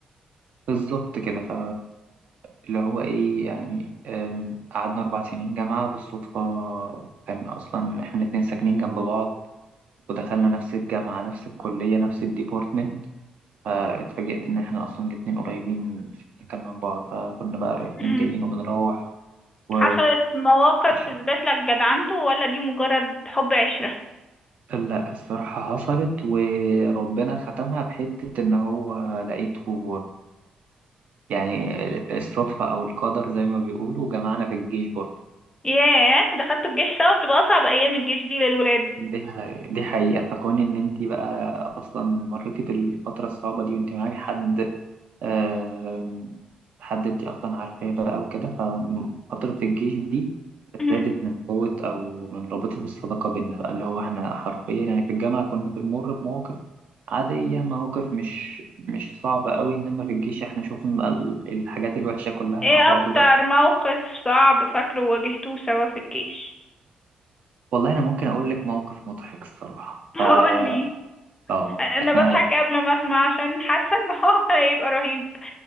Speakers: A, on the right (about 60°); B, on the left (about 20°).
A: بالظبط كده ف اللي هو ايه يعني أم، قعدنا اربع سنين جامعة بالصدفة كان اصلا احنا الاتنين ساكنين جنب بعض ودخلنا نفس الجامعة نفس الكلية نفس الديبارتمنت فاتفاجئت ان احنا اصلا الاتنين قريبين في السكن من بعض فكنا بقى رايحين
B: مم.
A: جايين وبنروح و
B: حصلت مواقف
A: ش-
B: تثبت لك جدعنته ولا دي مجرد حب عشرة
A: لا الصراحة حصلت وربنا ختمها بحتة ان هو لقيته يعني الصدفة او القدر زي ما بيقولوا جمعنا في الجيش برضه
B: ياه دخلتوا الجيش سوا بتبقى أصعب أيام الجيش دي للولاد
A: دي ح- دي حقيقة فكون إن أنت بقى أصلا مريتي بالفترة الصعبة دي وأنت معاكي حد آم، حد أنت أصلا عارفاه بقى وكده ففترة الجيش دي
B: مم.
A: زادت من قوة أو من رابطة الصداقة بينا بقى اللي هو إحنا حرفيا يعني في الجامعة كنا بنمر بمواقف عادية مواقف مش مش صعبة قوي إنما في الجيش إحنا شوفنا ال- الحاجات الوحشة كلها
B: ايه
A: مع بعض
B: أكتر
A: بقى
B: موقف صعب فاكره واجهتوه سوا في الجيش
A: والله أنا ممكن أقول لك موقف مضحك الصراحة
B: <laughs> هقولي
A: آه آه،
B: أنا
A: إحنا
B: بضحك قبل ما أسمع عشان حاسة إن هو هيبقى رهيب